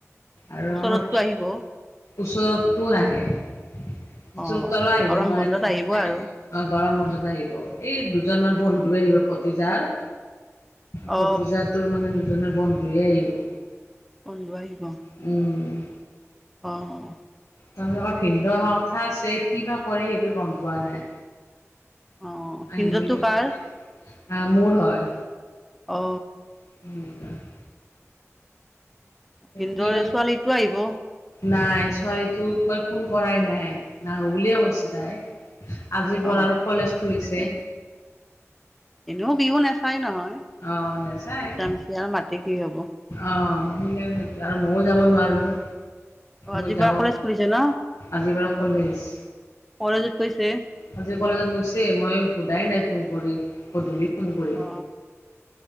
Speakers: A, on the left; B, in the centre.
A: আৰু
B: ওচৰততো
A: আমাৰ
B: আহিব
A: ওচৰতো নাহে, ওচৰতো
B: অ
A: আৰু আহিব
B: গৰম
A: নোৱাৰে।
B: বন্ধত আহিব আৰু
A: অঁ গৰম বন্ধত আহিব, এই দুজনমান বন্ধু আহিব ভতিজাৰ। ভতিজা
B: অ
A: তোৰ মানে দুজনৰ বন্ধুয়ে আহিব।
B: বন্ধু আহিব।
A: উম।
B: অঁ।
A: তেওঁলোকৰ ভিনদৌ অহা কথা আছে, কি বা কৰে সেইটো গম পোৱা নাই।
B: অ ভিনদেউটো
A: আহিম <inaudible>
B: কাৰ
A: অঁ মোৰ হয়।
B: অ।
A: <inaudible>
B: ভিনদৌৰ
A: কিবা
B: ছোৱালীটো আহিব।
A: নাই ছোৱালী তোক মই ফোন কৰাই নাই, নাহো বুলিয়ে কৈছে তাই। আজিৰ পৰা
B: অ
A: আৰু কলেজ খুলিছে।
B: এ এনেও বিহু নাচায় নহয়,
A: অ' নাযায়
B: মিছা মিছি আৰু মাতি কি হব।
A: অ সেইকাৰণেতো আৰু ময়ো যাব নোৱাৰোঁ।
B: অ আজিৰ
A: মই
B: পৰা
A: যাব,
B: কলেজ খুলিছে ন
A: আজি বাৰু কলেজ।
B: কলেজত কৈছে।
A: আজি কলেজত গৈছে মই সোধাই নাই ফোন কৰি, গধূলি ফোন কৰিম।
B: অ